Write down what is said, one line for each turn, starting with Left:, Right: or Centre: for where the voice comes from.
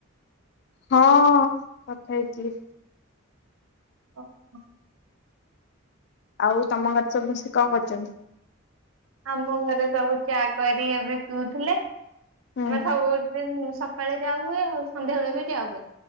Left: ହଁ କଥା ହେଇଥିଲି।
Right: ଓହୋ।
Left: ଆଉ ତମ ଘରେ ସବୁ ସମସ୍ତେ କଣ କରୁଛନ୍ତି।
Right: ଆମ ଘରେ ସବୁ ଚା କରି ଏବେ ପିଉଥିଲେ।
Left: ହୁଁ
Right: ମ <inaudible> ସବୁଦିନ ସକାଳେ ଚା ହୁଏ ଆଉ ସଧ୍ୟାବେଳେ ବି ଚା ହୁଏ।